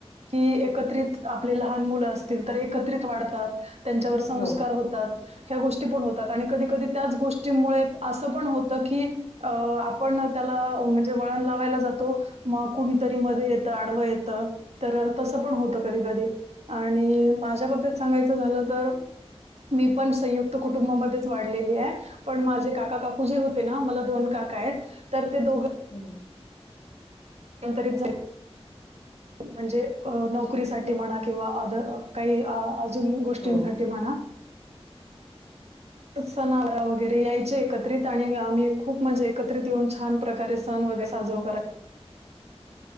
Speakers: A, on the right (about 80°); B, on the left (about 85°).
A: की एकत्र आपले लहान मुलं अस अस तर एकत्रित वाढतात त्यांच्यावर संस्कार
B: हो
A: होतात. ह्या गोष्टी पण होतात आणि कधी कधी त्याच गोष्टीमुळे असं पण होतं की अ आपण त्याला म्हणजे वळण लावायला जातो मग कुणीतरी मध्ये येतं आडवं येतं. तर तसं पण होतं कधी कधी आणि माझ्या बाबतीत सांगायचं झालं तर मी पण संयुक्त कुटुंबामध्येच वाढलेली आहे. पण माझे काका काकु जे होते ना मला दोन काका आहेत तर ते दोघ
B: हम्म.
A: री झा <unintelligible> म्हणजे नोकरीसाठी म्हणा किंवा अ काही अजून गोष्टींसाठी.
B: हो
A: ते म्हणा. सनावरा वगैरे यायचे एकत्रित आणि आम्ही खूप म्हणजे एकत्रित येऊन छान प्रकारे सण वगैरे साजरो करायचे.